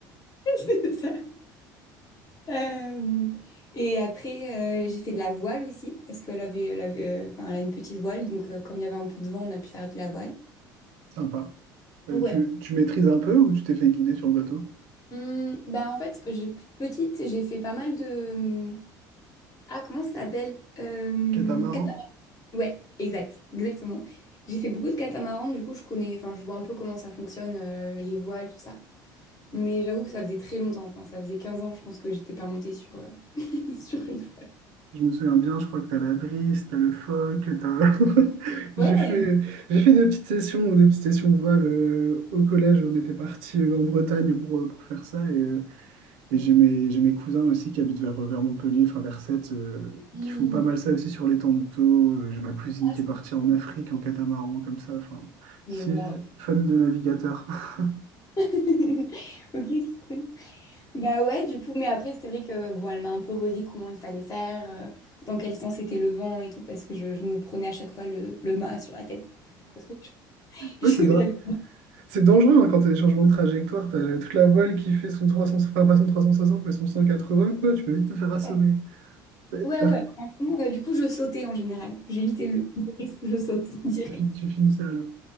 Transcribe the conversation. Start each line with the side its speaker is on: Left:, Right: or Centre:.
Left: <laughs> ça Euh, et après, euh, j'ai fait de la voile aussi, parce qu'elle avait, elle avait, euh, enfin, elle a une petite voile, donc euh, comme il y avait un peu de vent, on a pu faire de la voile.
Right: Sympa. Euh,
Left: Ouais.
Right: tu, tu maîtrises un peu ou tu t'es fait guider sur le bateau?
Left: Hum, bah en fait, j'ai- petite, j'ai fait pas mal de... hum, Ah, comment ça s'appelle? Euh,
Right: Catamaran?
Left: cata- Ouais, exact, exactement. J'ai fait beaucoup de catamarans, du coup, je connais, enfin, je vois un peu comment ça fonctionne, euh, les voiles, tout ça. Mais j'avoue que ça faisait très longtemps, enfin, ça faisait 15 ans, je pense que j'étais pas montée sur, euh, <laughs> sur une voile.
Right: Je me souviens bien, je crois que t'as la drisse, t'as le phoque, t'as... <laughs> J'ai
Left: Ouais.
Right: fait, j'ai fait des petites sessions, des petites sessions voile euh, au collège. On était parti en Bretagne pour, euh, pour faire ça. Et, euh, et j'ai mes, j'ai mes cousins aussi qui habitent vers, vers Montpellier, enfin vers Sète, euh,
Left: Hum.
Right: qui font pas mal ça aussi sur les temps de taux. Euh, J'ai ma cousine
Left: Ah,
Right: qui
Left: trop
Right: est partie en
Left: cool.
Right: Afrique en catamaran, comme ça. Enfin,
Left: Mais
Right: c'est
Left: waouh.
Right: famille de navigateurs. <laughs>
Left: <laughs> Ok, trop cool. Bah ouais, du coup, mais après, c'est vrai que bon, elle m'a un peu redit comment il fallait faire, euh, dans quel sens était le vent et tout, parce que je, je me prenais à chaque fois le, le mât sur la tête. Parce que je- <laughs> je-
Right: Oui, c'est dan-
Left: j'avais.
Right: c'est dangereux hein, quand tu as des changements de trajectoire. Tu as toute la voile qui fait son 300, enfin pas son 360 mais son cent quatre-vingts. quoi. Tu peux vite te faire assommer.
Left: Ouais,
Right: T'as-
Left: ouais,
Right: t'as-
Left: ouais, franchement, euh, du coup, je sautais en général. J'évitais le risque, je saute <laughs> direct.
Right: Tu, fin- tu finis ça à l'eau.